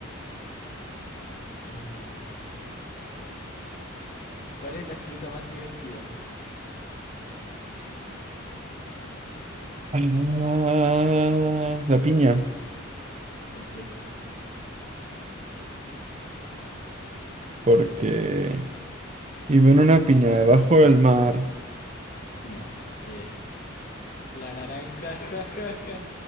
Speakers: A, on the left; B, on the right.
A: eh, ¿cuál es la fruta más divertida?
B: Ah, la piña.
A: ¿Por qué?
B: Porque vivo en una piña debajo del mar.
A: No, es la naranja. <laughs> Ja, ja, ja.